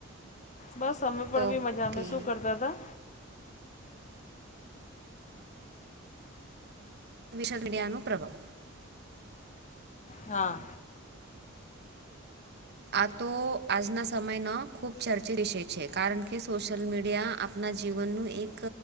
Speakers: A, on the left (about 35°); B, on the right (about 55°).
A: બસ અમે પણ
B: ઓકે
A: બી મજા અમે શું કરતા હતા
B: વિશલ મીડિયાનું પ્રભાવ
A: હા
B: આ તો આજના સમયનો ખુબ ચર્ચિત વિષય છે કારણ કે સોશિયલ મીડિયા આપના જીવનનું એક